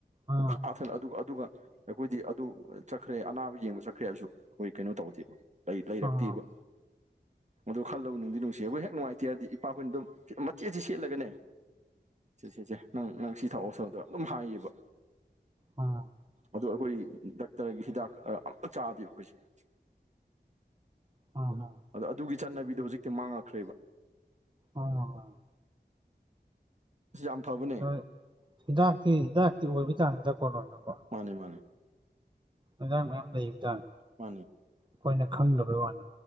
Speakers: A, on the right; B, on the right.
A: ꯑꯥ
B: <unintelligible> ꯑꯗꯨꯒ ꯑꯗꯨꯒ ꯑꯩꯈꯣꯏꯗꯤ ꯑꯗꯨ ꯆꯠꯈ꯭ꯔꯦ ꯑꯅꯥꯕ ꯌꯦꯡꯕ ꯆꯠꯈ꯭ꯔꯦ ꯍꯥꯏꯁꯨ ꯑꯩꯈꯣꯏ ꯀꯩꯅꯣ ꯇꯧꯗꯦꯕ ꯂꯩꯔꯛꯇꯦꯕ
A: ꯑꯥ ꯑꯥ
B: ꯃꯗꯨꯣ ꯈꯜꯂꯨ ꯅꯨꯡꯗꯤ ꯅꯨꯡꯁꯤ ꯑꯩꯈꯣꯏ ꯍꯦꯛ ꯅꯨꯡꯉꯥꯏꯇꯦꯔꯗꯤ ꯏꯄꯥꯈꯣꯏꯅ ꯑꯗꯨꯝ ꯃꯆꯦꯠꯦ ꯁꯦꯠꯂꯒꯅꯦ ꯁꯤ ꯁꯤꯁꯦ ꯅꯪ ꯅꯪ ꯁꯤ ꯊꯥꯛꯑꯣꯁꯨꯗ ꯑꯗꯨꯝ ꯍꯥꯏꯌꯦꯕ
A: ꯎꯝ
B: ꯑꯗ ꯑꯩꯈꯣꯏ ꯗꯥꯛꯇꯔꯒꯤ ꯍꯤꯗꯥꯛ ꯑꯝꯇ ꯆꯥꯗꯦꯕ ꯑꯩꯈꯣꯏꯁꯦ
A: ꯎꯝ ꯎꯝ
B: ꯑꯗꯣ ꯑꯗꯨꯒꯤ ꯆꯠꯅꯕꯤꯗꯣ ꯍꯧꯖꯤꯛꯇꯤ ꯃꯥꯡꯉꯛꯈ꯭ꯔꯦꯕ
A: ꯑꯣ
B: ꯌꯥꯝꯝ ꯐꯕꯅꯤ
A: ꯍꯣꯏ ꯍꯤꯗꯥꯛꯇꯤ ꯍꯤꯗꯥꯛꯇꯤ ꯑꯣꯏꯕ ꯆꯥꯅꯤꯗ ꯀꯣꯂꯣꯅꯀꯣ
B: ꯃꯥꯅꯦ ꯃꯥꯅꯦ
A: ꯌꯦꯟꯖꯥꯡ ꯃꯌꯥꯝ ꯂꯩ ꯖꯥꯡ
B: ꯃꯥꯅꯤ
A: ꯑꯩꯈꯣꯏꯅ ꯈꯪꯗꯕꯩ ꯋꯥꯅꯦ